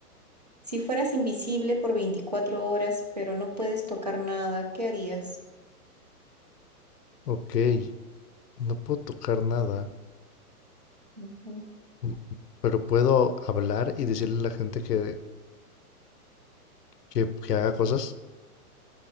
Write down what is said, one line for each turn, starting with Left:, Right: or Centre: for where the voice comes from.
Right: si fueras invisible por 24 horas, pero no puedes tocar nada, ¿qué harías?
Left: Ok, no puedo tocar nada,
Right: Ujú.
Left: mm, pero puedo hablar y decirle a la gente que, que, que haga cosas.